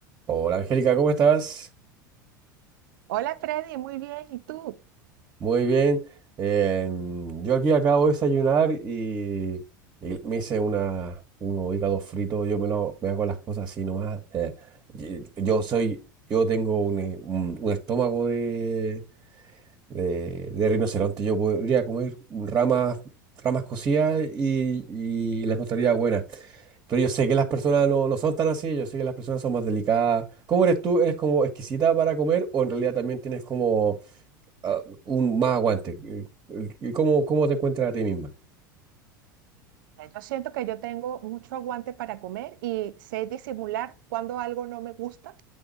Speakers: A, on the right; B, on the right.
A: Hola Angélica, ¿cómo estás?
B: Hola Freddy, muy bien. ¿Y tú?
A: Muy bien. Em, yo aquí acabo de desayunar y, y me hice una, unos hígados fritos. Yo me, lo, me hago las cosas así nomás. eh, y- yo soy, yo tengo un, eh, un- un estómago de, de, de rinoceronte. Yo podría comer ramas, ramas cocidas y, y las encontraría buenas. Pero yo sé que las personas no, no son tan así. Yo sé que las personas son más delicadas. ¿Cómo eres tú? ¿Eres como exquisita para comer o en realidad también tienes como ah, un más aguante. Eh, eh, ¿Cómo, cómo te encuentras a ti misma?
B: Ya Yo siento que yo tengo mucho aguante para comer y sé disimular cuando algo no me gusta,